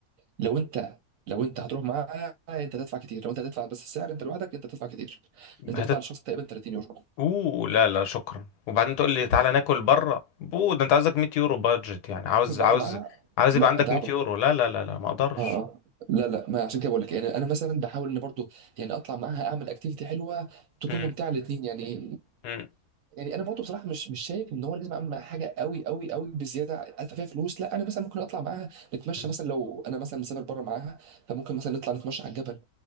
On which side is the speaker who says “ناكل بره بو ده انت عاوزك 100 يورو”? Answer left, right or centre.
Left